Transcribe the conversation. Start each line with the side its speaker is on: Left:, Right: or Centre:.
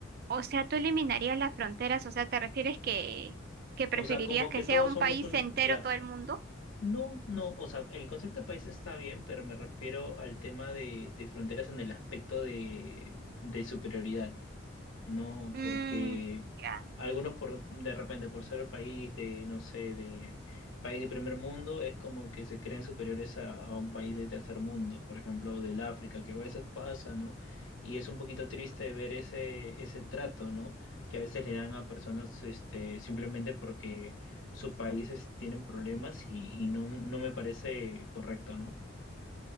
Right: o sea, tú eliminarías las fronteras, o sea, ¿te refieres que, que preferirías
Left: O sea, como
Right: que
Left: que
Right: sea
Left: todos
Right: un
Left: somos
Right: país
Left: un,
Right: entero
Left: claro,
Right: todo el mundo?
Left: no, no, o sea, el concepto de país está bien, pero me refiero al tema de, de fronteras en el aspecto de, de superioridad. No,
Right: Mm,
Left: porque
Right: ya.
Left: algunos por de repente por ser país de, no sé, de país de primer mundo, es como que se creen superiores a, a un país de tercer mundo, por ejemplo, del África, que a veces pasa, ¿no? Y es un poquito triste ver ese, ese trato, ¿no? Que a veces le dan a personas este, simplemente porque sus países tienen problemas y, y no, no me parece correcto, ¿no?